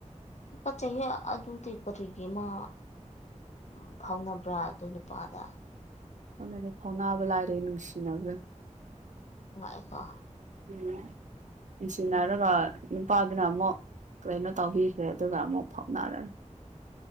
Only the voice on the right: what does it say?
ꯑꯗꯨꯗꯤ ꯐꯥꯎꯅꯥꯕ ꯂꯥꯏꯔꯦ ꯅꯨꯡꯁꯤꯅꯕ꯭ꯔ
ꯎꯝ ꯅꯨꯡꯁꯤꯟꯅꯔꯒ ꯅꯨꯄꯥꯗꯨꯅ ꯑꯃꯨꯛ ꯀꯩꯅꯣ ꯇꯧꯕꯤꯈ꯭ꯔꯦ ꯑꯗꯨꯒ ꯑꯃꯨꯛ ꯐꯥꯎꯅꯔꯦ